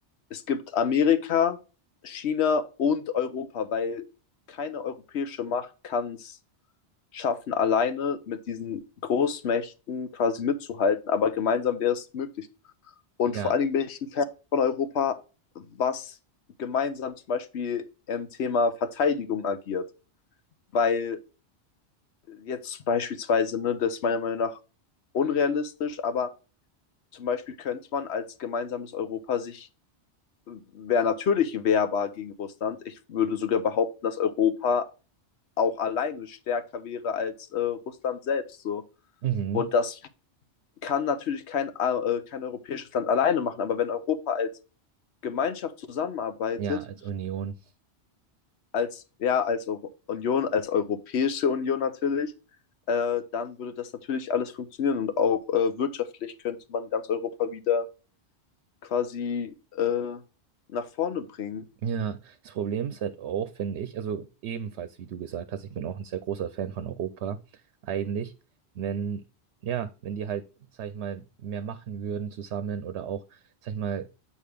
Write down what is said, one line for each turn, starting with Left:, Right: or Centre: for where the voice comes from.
Left: es gibt Amerika, China und Europa, weil keine europäische Macht kann es schaffen, alleine mit diesen Großmächten quasi mitzuhalten, aber gemeinsam wäre es möglich. Und
Right: Ja.
Left: vor allen Dingen bin ich ein Fan von Europa, was gemeinsam zum Beispiel im Thema Verteidigung agiert, weil jetzt beispielsweise, ne, das ist meiner Meinung nach unrealistisch, aber zum Beispiel könnte man als gemeinsames Europa sich wäre natürlich wehrbar gegen Russland. Ich würde sogar behaupten, dass Europa auch alleine stärker wäre als äh, Russland selbst so.
Right: Mhm.
Left: Und das kann natürlich kein, äh, kein europäisches Land alleine machen, aber wenn Europa als Gemeinschaft zusammenarbeitet,
Right: Ja, als Union.
Left: als, ja, als Euro Union, als Europäische Union natürlich, äh, dann würde das natürlich alles funktionieren und auch äh, wirtschaftlich könnte man ganz Europa wieder quasi äh, nach vorne bringen.
Right: Ja, das Problem ist halt auch, finde ich, also ebenfalls, wie du gesagt hast, ich bin auch ein sehr großer Fan von Europa, eigentlich, wenn, ja, wenn die halt, sag ich mal, mehr machen würden zusammen oder auch, sag ich mal,